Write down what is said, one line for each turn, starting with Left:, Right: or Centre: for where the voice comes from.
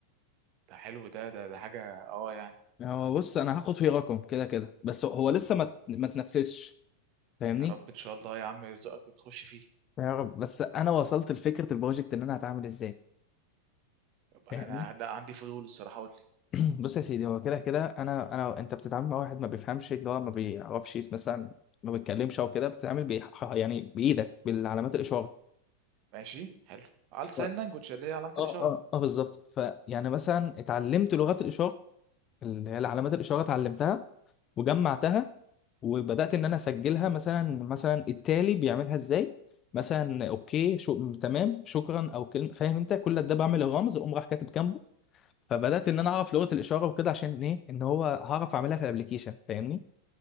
Right: ده حلو ده ده ده حاجة اه يعني
Left: هو بص انا هاخد فيه رقم كده كده بس هو لسه ما ما تنفذش فاهمني
Right: يا رب ان شاء الله يا عم يرزقك وتخش فيه
Left: يا رب بس انا وصلت لفكره البروجكت ان انا هتعامل ازاي
Right: يبقى
Left: فاهمني
Right: انا ده عندي فضول الصراحة قول لي
Left: <clears throat> بص يا سيدي هو كده كده انا انا انت بتتعامل مع واحد ما بيفهمش اللي هو ما بيعرفش يس- مثلا ما بيتكلمش او كده بتتعامل بي... يعني بايدك بالعلامات الاشاره
Right: ماشي حلو على
Left: ف...
Right: ساين لانجوج اللي هي علامة
Left: اه
Right: الإشارة
Left: اه اه بالظبط فيعني مثلا اتعلمت لغات الاشاره اللي هي العلامات الإشارة اتعلمتها وجمعتها وبدأت إن أنا أسجلها مثلا مثلا التالي بيعملها إزاي مثلا أوكي شو تمام شكرا أو كلمة فاهم أنت كل ده بعمل الرمز أقوم راح كاتب جنبه فبدأت إن أنا أعرف لغة الإشارة وكده عشان إيه إن هو هعرف أعملها في الأبليكيشن فاهمني